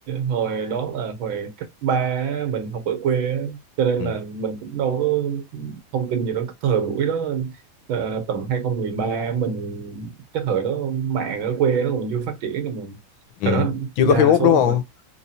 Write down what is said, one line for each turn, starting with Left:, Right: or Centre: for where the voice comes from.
Right: hồi đó là hồi cấp ba á, mình học ở quê á, cho nên
Left: ừ.
Right: là mình cũng đâu có thông tin gì đó cái thời buổi đó ờ, tầm hai không một ba mình cái thời đó mạng ở quê nó còn chưa phát triển rồi mà
Left: Ừ.
Right: thời đó
Left: chưa
Right: đa
Left: có Facebook
Right: số
Left: đúng không
Right: mà